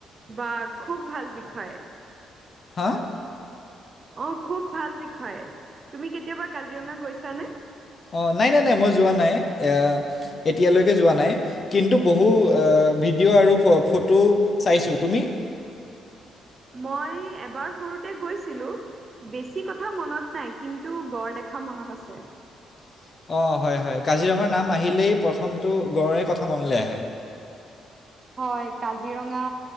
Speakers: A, on the right; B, on the left.
A: বা খুব ভাল বিষয়।
B: হা?
A: অহ, খুব ভাল বিষয় তুমি কেতিয়াবা কাজিৰঙা গৈছানে?
B: অঁ নাই নাই নাই মই যোৱা নাই এ এতিয়ালৈকে যোৱা নাই কিন্তু বহু আহ ভিডিঅ' আৰু ফটো চাইছো তুমি? <inaudible>
A: মই এবাৰ সৰুতে গৈছিলো বেছি কথা মনত নাই কিন্তু গড দেখা দেখা মনত আছে।
B: <unintelligible> অ হয় হয় কাজিৰঙাৰ নাম আহিলেই প্ৰথমটো গড়ৰে কথা মনলৈ আহে
A: হয় কাজিৰঙা